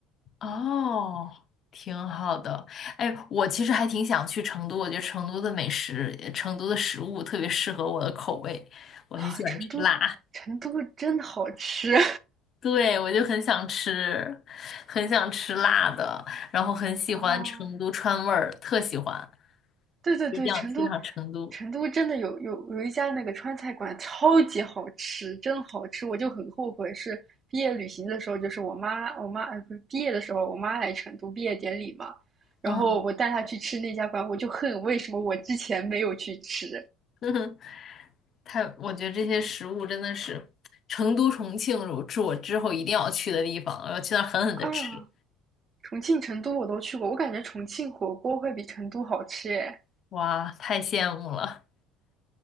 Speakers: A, on the left; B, on the right.
A: 哦，挺好的。哎，我其实还挺想去成都，我觉得成都的美食、呃成都的食物特别适合我的口味，
B: <laughs>
A: 我很喜欢吃辣。
B: 啊，成都成都真好吃
A: 对，我就很想吃，很想吃辣的，然后很喜欢成都川味儿，
B: <laughs> 啊。
A: 特喜欢，
B: 对对对，
A: 一定要去趟成都。
B: 成都，成都真的有有有一家那个川菜馆，超级好吃，真好吃。我就很后悔，是毕业旅行的时候，就是我妈，我妈，呃，不是毕业的时候，我妈来成都毕业典礼嘛，然后我带她去吃那家馆，
A: 嗯，
B: 我就恨为什么我之前没有去吃
A: <laughs> 太，我觉得这些食物真的是成都、重庆是我之后一定要去的地方，我要去那儿狠狠的吃。
B: 啊。重庆、成都我都去过，我感觉重庆火锅会比成都好吃耶。
A: 哇，太羡慕了。